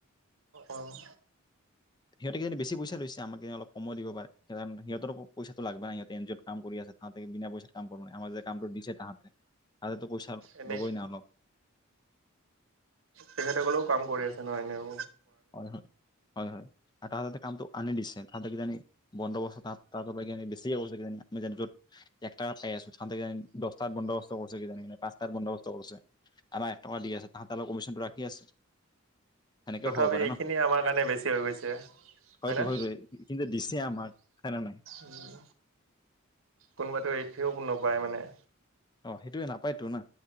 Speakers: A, on the right (about 70°); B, on the left (about 20°).
A: অহ'।
B: সিহঁতেক কিজানি বেছি পইচা লৈছে, আমাক কিজানি অলপ কমো দিবা পাৰে, সিহঁতৰ পইাটো লাগবা ন সহঁতে এনজি অত কাম কৰি তাহাঁতে বিনা পইচাৰ কাম কৰা নাই, আমাৰ যে কামটো দিছে তাহাঁতে, হাতেতো পইচা
A: এনেই
B: নবৈ ন আনক।
A: তেখেতসকলেও কাম কৰি আছে নহয় এনেও।
B: হয়, হয়। হয়, হয়। আৰু তাহাতে কামটো আনি দিছে তাহাতে কিজানি বন্দবস্ত ত পৰা বেছিয় হ'ব কিজানি <unintelligible> একটাক পাই আছো তাহাতে কিজানী দছটাত বন্দোবস্ত কৰিছে কি জানি কি পাঁচটাত বন্দোবস্ত কৰিছে। আমাক এক টকা দি আছে তাহাতৰ পৰা কমিশ্যনটো ৰাখি আছে। সেনেকেও
A: তথাপি
B: হ'ব পাৰে
A: এইখিনি
B: ন
A: আমাৰ কাৰণে বেছি হৈ গৈছে হয়
B: হয়তো
A: ন।
B: হয়তো কিন্তু দিছে আমাক হয় নে নাই
A: উম, কোনোবাটো এইৰি থেও নোপায় মানে।
B: অ' সেইটোয়ে নাপায়তো না।